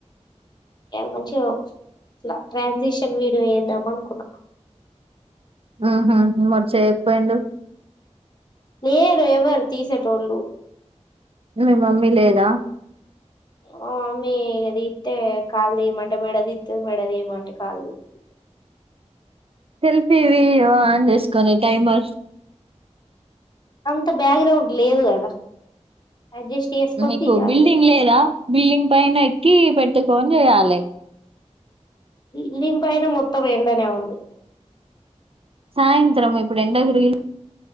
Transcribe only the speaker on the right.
ఆ హ చేయకపోయిండు
మీ మమ్మీ లేదా
సెల్ఫీది ఆన్ చేసుకుని టైమర్
మీకు
బిల్డింగ్
లేదా బిల్డింగ్ పైన ఎక్కి పె ట్టు కోన్ చేయాలి
సాయంత్రం ఇప్పుడు ఎండ దిరిగింది